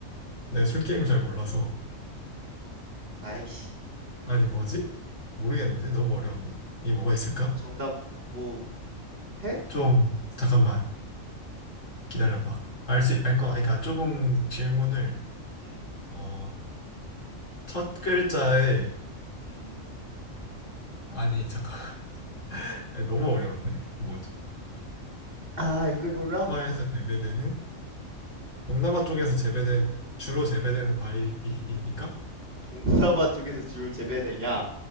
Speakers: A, on the left; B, on the right.
A: 네, 술 게임을 잘 몰라서
B: 아이씨.
A: 아니, 뭐지? 모르겠는데? 너무 어려운데? 이게 뭐가
B: 저,
A: 있을까?
B: 정답 뭐 해?
A: 좀, 잠깐만, 기다려봐. 알 수, 알 거, 그러니까 조금 질문을,
B: 응.
A: 어, 첫 글자에,
B: 음, 음, 음,
A: 아니, 잠깐, <laughs> 아니, 너무 어려운데? 뭐죠?
B: 아, 이걸 몰라?
A: 동남아에서 재배되는, 동남아 쪽에서 재배된, 주로 재배되는 과일입니까?
B: 동사바 쪽에서 지울 재배되냐?